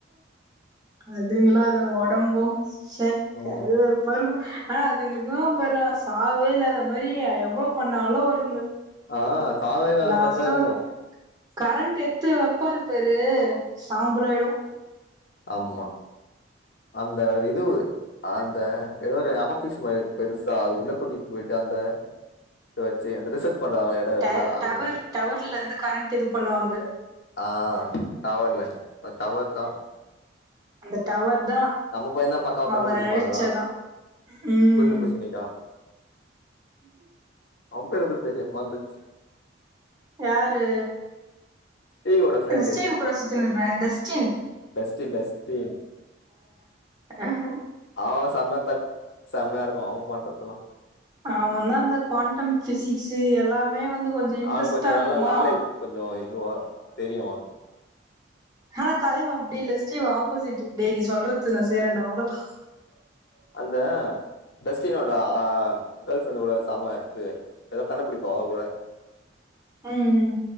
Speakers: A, on the right (about 20°); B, on the left (about 55°).
A: அதுங்களோ அத உடம்பு சை
B: ம்
A: கருவேருப்ப ருக்கு ஆ அது எங்களு துவும்போற சாவே இல்லாத மாதிரி எவ்வளோ ப நாலு வருங்க
B: ஆஹ் சம ஆகதா
A: லாஸ்ட்டா
B: மிரிதா இருக்கும்
A: ஒரு கரண்ட் எத்து வைப்பாருப்பாரு சாம்பலாயிடும்
B: ஆமா அந்த ஒரு இது அந்த ஏதோ ஒரு ஆபிஸ் மாரி பெருசா அது உள்ள கூட்டிடு போயிட்டு அந்த இத வச்சு அந்த ரிசர் பண்றாங்கள இடம் இருக்குல
A: ட
B: அங்க
A: டவர் டவர்ல இருந்து கரண்ட் இது பண்ணுவாங்க
B: ஆஹ் டவவர்ல டவர் தா
A: அந்த டவர் தா
B: நம்ம பையந்தான் பக்காவா கண்டுபிடிபான்
A: அவர் அழிச்சதா
B: அதெல்லா
A: ம்
B: குண்டு பூசணிக்கா அம் பேரு பேரிய பிளான்தச்சு
A: யாரு
B: ஸ்டீவோட ஃப்ரெண்டு
A: ஸ்டைம் கூட சுத்திடுயிபான் டஸ்டின்
B: த் டஸ்ட்டு
A: அஹ
B: ஆஹ் சம்ம தக் செம்மையாருக்கு அவு பண்றதுல்லா
A: அவந்தா அந்த குவாண்டம் ஃபிசிக்ஸு எல்லாமே வந்து கொஞ்சோ இன்ட்ரெஸ்ட்டா
B: அவுனுக்கு கொஞ்சோ
A: இருக்குமா
B: நல்லா நாலேஜ் கொஞ்சோ இதுவு தெரியு அவுனு
A: ஹ தலைவ அப்டி இல்ல ஸ்டீவ் ஆப்போசிட்டு டேய்‌ நீ சொல்றத்து நா சேய்றேண்டா அவ்ளதா
B: அந்த டஸ்டினோட அ கேள் ஃப்ரெண்ட் கூட சம இது எதோ கண்டுபிடிப்பா அவ கூட
A: ம் ம்